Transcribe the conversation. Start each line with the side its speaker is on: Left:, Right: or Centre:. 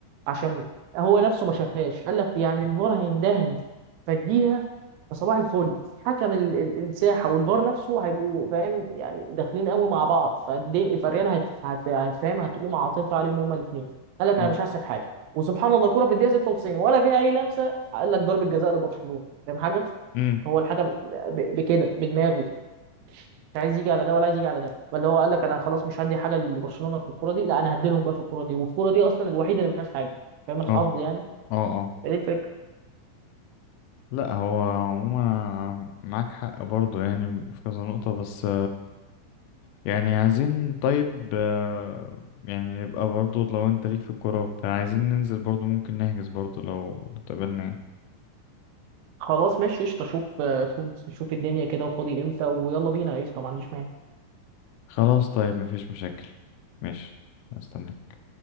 Right: عشان هو نفسه ما شافهاش قال لك يعني الفار هيندهني فاديها فصباح الفل حكم ال- ال- الساحه والفار نفسه هيبقوا فاهم يعني داخلين قوي مع بعض فالدي- فالريال هت- هت- هتفهم هتقوم عاطفه عليهم هما الاثنين قال لك
Left: امم
Right: انا مش هحسب حاجه وسبحان الله الكوره في الدقيقه 96 ولا فيها اي لمسه قال لك ضربه جزاء لبرشلونه فاهم حاجه
Left: امم
Right: هو الحكم ب- بكده بدماغه مش عايز يجي على ده ولا عايز يجي على ده فاللي هو قال لك انا خلاص مش هدي حاجه لبرشلونه في الكوره دي لا انا هديلهم بقى في الكوره دي والكوره دي اصلا الوحيده اللي ما فيهاش حاجه فاهم الحظ
Left: اه
Right: يعني
Left: اه اه
Right: فدي الفكره
Left: لا هو عموما أنا معاك حق برضه يعني في كذا نقطة بس يعني عايزين طيب آه، يعني يبقى برضو لو انت ليك في الكورة وبتاع عايزين ننزل برضو ممكن نحجز برضو لو لو اتقابلنا يعني.
Right: خلاص ماشي قشطه شوف شوف شوف الدنيا كده وفاضي امتى ويلا بينا قشطه ما عنديش مانع
Left: خلاص طيب مفيش مشاكل ماشي استناك